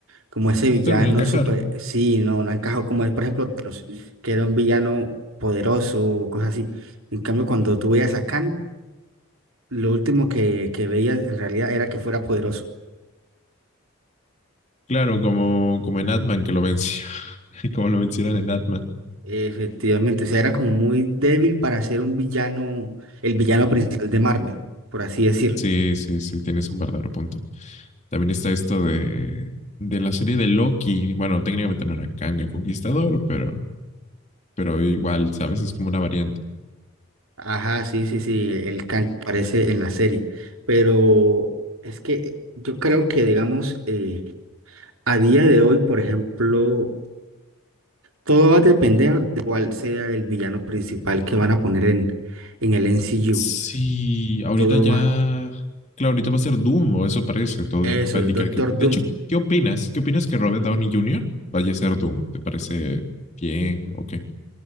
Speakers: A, on the right; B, on the left.
A: como ese villano
B: terminó de encajar.
A: super, sí, no, no ha encajado como él, por ejemplo, Thanos, que era un villano poderoso o cosas así. En cambio, cuando tú veías a Khan, lo último que, que veías en realidad era que fuera poderoso.
B: Claro, como, como en Atman que lo venció, <laughs> y como lo vencieron en Atman.
A: Efectivamente, o sea, era como muy débil
B: Ah,
A: para ser un villano, el villano principal de Marvel, por así decir.
B: Sí, sí, sí, tienes un verdadero punto. También está esto de, de la serie de Loki. Bueno, técnicamente no era Kang el Conquistador, pero, pero igual, ¿sabes? Es como una variante.
A: Ajá, sí, sí, sí, el can que aparece en la serie. Pero es que yo creo que, digamos, eh, a día de hoy, por ejemplo, todo va a depender de cuál sea el villano principal que van a poner en, en el MCU.
B: Sí, ahorita
A: Todo
B: ya,
A: va.
B: claro, ahorita va a ser Doom, o eso parece, todo
A: Eso,
B: va a indicar
A: es Doctor
B: que, de
A: Doom.
B: hecho, ¿qué opinas? ¿Qué opinas que Robert Downey Jr. vaya a ser Doom? ¿Te parece bien o qué?